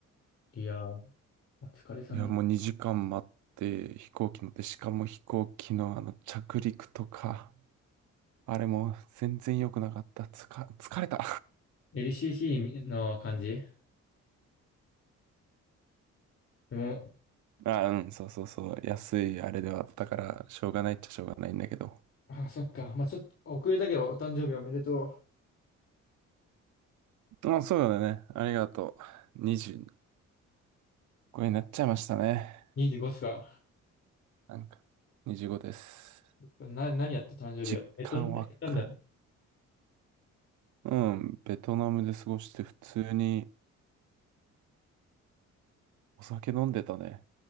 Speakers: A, on the left; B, on the right.
A: いやー、お疲れさんだ。
B: いや、もう2時間待って飛行機乗って、しかも飛行機のあの着陸とか、あれも全然良くなかった。つか、疲れた。
A: LCC の感じでも、
B: <laughs> あ、うん、そうそうそう。安いあれではあったから、しょうがないっちゃしょうがないんだけど。
A: あ、そっか。まあちょっと遅れたけど、お誕生日おめでとう。
B: まあ、そうだね。ありがとう。25になっちゃいましたね。
A: 25っすか。
B: なんか、25です。
A: な、何やった誕生日を。
B: 実感わか
A: ベトナム行ったんだよね。
B: うん、ベトナムで過ごして普通にお酒飲んでたね。